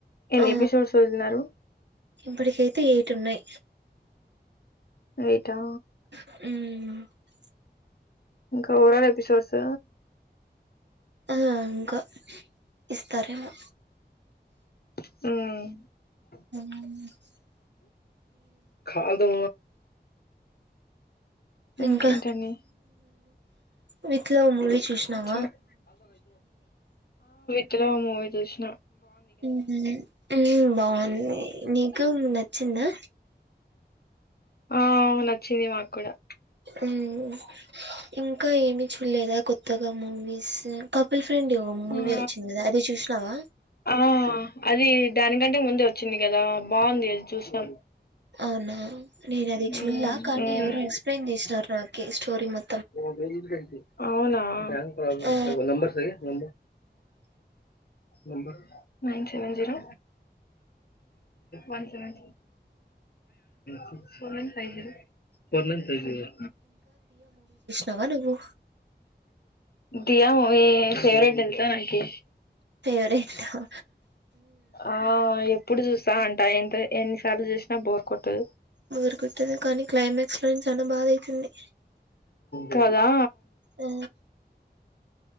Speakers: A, on the left (about 60°); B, on the right (about 80°).
A: ఎన్ని
B: ఆ
A: ఎపిసోడ్ చదుతున్నారు
B: ఇప్పటికైతే ఏటు ఉన్నాయి
A: ఎయిట్ హా
B: మ్
A: ఇంకా చూడాలా ఎపిసోడ్స్
B: ఆ ఇంకా ఇస్తారేమో
A: మ్
B: మ్
A: కాదు ఇంకేంటండి
B: ఇంకా విత్ లవ్ ము చూసినావ
A: చెప్ త్ లవ్ మూవీ చుస్నా
B: ఊహూ ఊ బావుంది నీకు న చ్చిందా
A: ఆవ్ నచ్చింది మాక్కూడా
B: ఉమ్ ఇంకా ఏమీ చూడలేదా కొత్తగా మూవీస్ క పుల్ ఫ్రెండ్ మూవీ
A: ఆ
B: వచ్చింది కదా అది చూషినావా
A: ఆ అది దానికంటే ముందే వచ్చింది కదా బాగుంది అది చూసినాం
B: అవునా నేను అది
A: మ్మ్
B: చూలా కానీ
A: మ్మ్
B: ఎవరో ఎక్స్ప్లెయిన్ చేసినారు నాకి స్టోరి మొ
A: అహా బిల్డింగ్ కట్టి అవునా బ్యాంక్ problems
B: ఆ
A: <inaudible> numbers <inaudible> number nine seven zero one seven six four one five zero four one five zero
B: నవా నువ్వు
A: దయా మూవీ ఫేవరెట్ తెలుసా నాకి
B: ఫేవరేటూ
A: ఆ ఎప్పుడు చూసా అం టే ఎన్ని సార్లు చూసినా బోర్ కొట్టదు
B: బోరుకొట్టదు కానీ క్లైమాక్స్ లోనే చాలా బాధ అయితుంది
A: కాదా
B: ఆ